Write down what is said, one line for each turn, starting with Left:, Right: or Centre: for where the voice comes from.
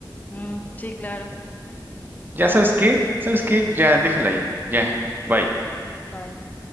Left: Mm, sí, claro.
Right: ¿Ya
Left: Bueno,
Right: sabes qué? ¿Sabes qué? Ya, déjala ahí, ya, bye.
Left: bye.